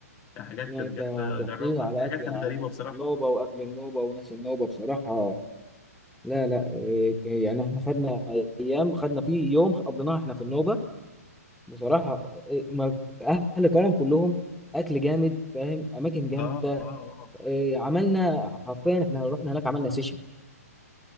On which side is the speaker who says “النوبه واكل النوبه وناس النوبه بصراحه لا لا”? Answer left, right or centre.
Centre